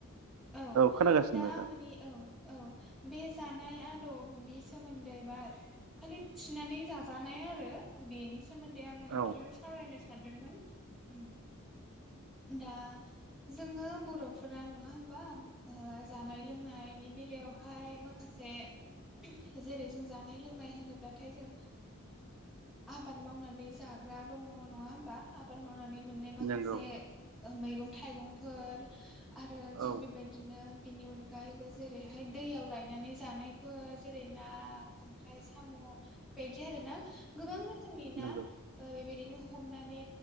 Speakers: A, in the centre; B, on the right.
A: औ
B: खोनागासिनो
A: दा
B: नोंथां
A: माने औ औ बे जानाय आदबनि सोमोन्दै बा खालि थिनानै जाजानाय आरो बेनिस सोमोन्दै आङो नोंथांखौ
B: औ
A: सावरायनो सानदोंमोन दा जोङो बर फोरा नङा होमबा ओ जानाय लोंनायनि बेलायावहाय माख माखासे जेरै जों जानाय लोंनाय होनोब्लाथाय जों आबाद मावनानै जाग्रा दङ नङा होमबा आबाद मावनानै मोननाय माखासे
B: नंगौ
A: मैगं थाइगंफोर आरो जं
B: औ
A: बे बेड बिदिनो बिनि अनगायैबो जेरैहाय दैयाव लायनानै जानायफोर जेरै ना ओमफ्राय साम' बायदि आरो ना गोबां रोखोमनि ना
B: नंगौ
A: बेबायदिनो हमनानै